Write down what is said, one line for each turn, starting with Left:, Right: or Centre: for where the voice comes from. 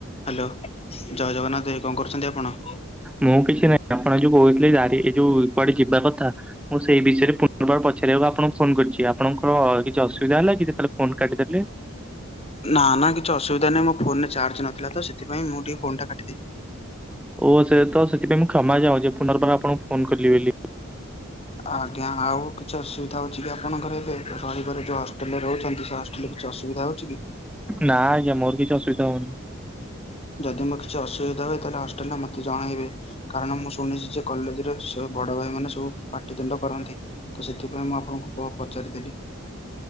Left: Hello ଜୟ ଜଗନ୍ନାଥ ଏ କଣ କରୁଛନ୍ତି ଆପଣ?
Centre: ମୁଁ କିଛି ନାହିଁ ଆପଣ ଯୋଉ କହୁଥିଲେ ଏ ଯୋଉ କୁଆଡେ ଯିବା କଥା। ସେଇ ବିଷୟରେ ପୁନର୍ବାର ପଚାରିବାକୁ ଆପଣଙ୍କୁ ଫୋନ କରିଛି। ଆପଣଙ୍କର କିଛି ଅସୁବିଧା ହେଲା କି ଯେତେବେଳେ? ଫୋନ କାଟିଦେଲେ?
Left: ନା ନା କିଛି ଅସୁବିଧା ନାହିଁ ମୋ ଫୋନରେ ଚାର୍ଜ କିଛି ନଥିଲା ତ ସେଥିପାଇ ମୁଁ ଟିକେ ଫୋନ କାଟି ଦେଲି।
Centre: ଓ ସେ ତ ସେଥିପାଇଁ ମୁଁ କ୍ଷମା ଯାଉଛି ପୁନର୍ବାର ଆପଣଙ୍କୁ ଫୋନ କଲିି ବୋଲି।
Left: ଆଜ୍ଞା ଆଉ କିଛି ଅସୁବିଧା ଅଛି କି ଆପଣଙ୍କର ଏବେ ରହିବାର ଯୋଉ ହଷ୍ଟେଲରେ ରହୁଛନ୍ତି? ଲେ କିଛି ଅସୁବିଧା ହଉଛି କି?
Centre: ନାଁ ଆଜ୍ଞା ମୋର କିଛି ଅସୁବିଧା ହଉନି।
Left: ଯଦି ମୋ କିଛି ଅସୁବିଧା ହୁଏ ତାହେଲେ ହଷ୍ଟେଲରେ ମତେ ଜଣେଇବେ କାରଣ ମୁଁ ଶୁଣିଛି ଯେ କଲେଜରେ ବଡ ଭାଇ ମାନେ ସବୁ ପାଟିିତୁଣ୍ଡ କରନ୍ତି ତ ସେଥିପାଇଁ ମୁଁ ଆପଣଙ୍କୁ ପଚାରିଦେଲି